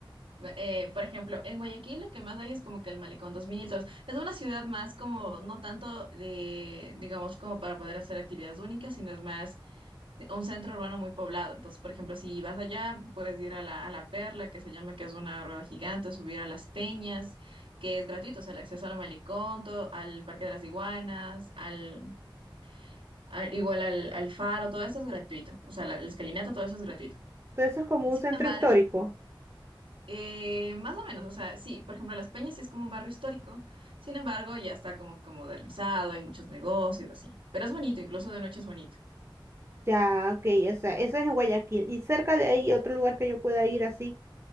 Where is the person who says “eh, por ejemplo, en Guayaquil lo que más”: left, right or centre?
Right